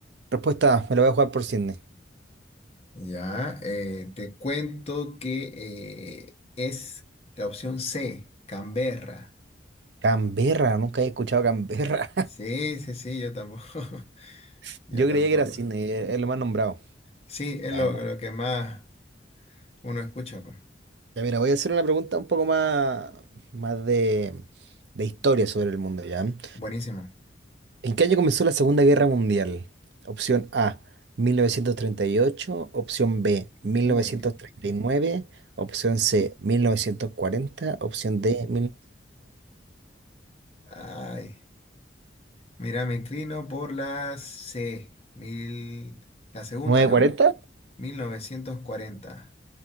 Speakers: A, on the right; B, on the left.
A: Respuesta, me la voy a jugar por Sydney.
B: Ya, eh, te cuento que eh, es la opción C, Canberra.
A: Canberra, nunca he escuchado Canberra.
B: Sí, sí, sí, yo tampoco. <laughs>
A: <laughs>
B: Yo
A: Yo
B: tampoco.
A: creía que era Sydney, es es lo más nombrado.
B: Sí, es
A: Ya,
B: lo,
A: ya.
B: lo que más uno escucha, pues.
A: Ya, mira, voy a hacer una pregunta un poco más, más de, de historia sobre el mundo, ¿ya? ¿En
B: Buenísimo.
A: qué año comenzó la Segunda Guerra Mundial? Opción A, 1938. Opción B, mil
B: Uy,
A: novecientos treinta y nueve. Opción C, 1940. Opción D,
B: ay. Mira, me inclino por la C, mil, la segunda,
A: 1941.
B: ¿no?
A: ¿940?
B: 1940.